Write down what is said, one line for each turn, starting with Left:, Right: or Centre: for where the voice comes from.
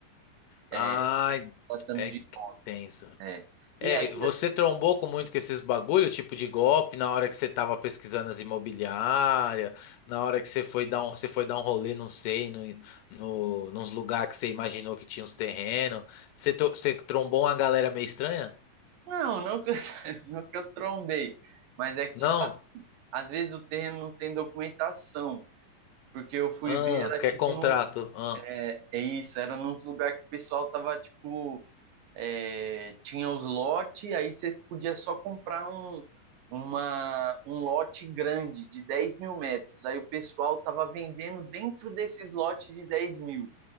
Left: Ai,
Right: é, tratando
Left: é
Right: de
Left: que tenso.
Right: é.
Left: É,
Right: E aí
Left: você
Right: assim,
Left: trombou com muito com esses bagulho, tipo de golpe, na hora que você tava pesquisando as imobiliárias, na hora que você foi dar um, você foi dar um rolê, não sei, no, no, nos lugares que você imaginou que tinha uns terrenos. Você, to- você trombou uma galera meio estranha?
Right: não, não que eu, <laughs> não que eu trombei, mas é que
Left: Não?
Right: tipo às vezes o terreno não tem documentação, porque eu fui
Left: Ah,
Right: ver era
Left: quer
Right: tipo
Left: contrato?
Right: num,
Left: Ah,
Right: é, é isso, era num lugar que o pessoal tava tipo é, tinha os lotes, aí você podia só comprar um, uma, um lote grande de 10 mil metros. Aí o pessoal estava vendendo dentro desses lotes de 10 mil,